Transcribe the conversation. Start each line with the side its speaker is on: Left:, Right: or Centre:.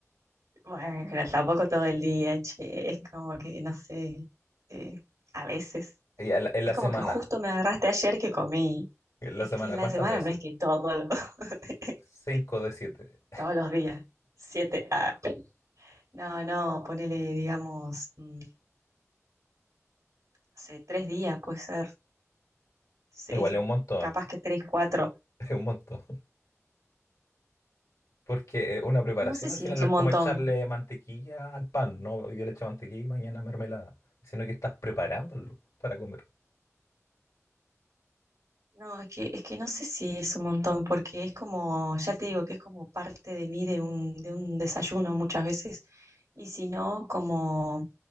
Right: Bueno, pero tampoco todo el día, che. Es como que, no sé, eh, a veces.
Left: Y a la- en
Right: Es
Left: la
Right: como
Left: semana,
Right: que justo me agarraste ayer que comí.
Left: en
Right: Es
Left: la semana,
Right: que la
Left: ¿cuántas
Right: semana
Left: veces?
Right: no es que todos los, <laughs>
Left: Cinco de siete.
Right: todos los días, siete, ah, no, no, ponele, digamos, mm, no sé, tres días puede ser, sí,
Left: Igual es un montón,
Right: capaz que tres, cuatro,
Left: <laughs> es un montón. Porque eh, una preparación
Right: no sé
Left: al
Right: si
Left: final
Right: es
Left: no
Right: un
Left: es
Right: montón,
Left: como echarle mantequilla al pan, ¿no? Hoy día le echo mantequilla y mañana mermelada, sino que estás preparándolo para comer.
Right: no, es que, es que no sé si es un montón, porque es como, ya te digo, que es como parte de mí de un, de un desayuno muchas veces, y si no, como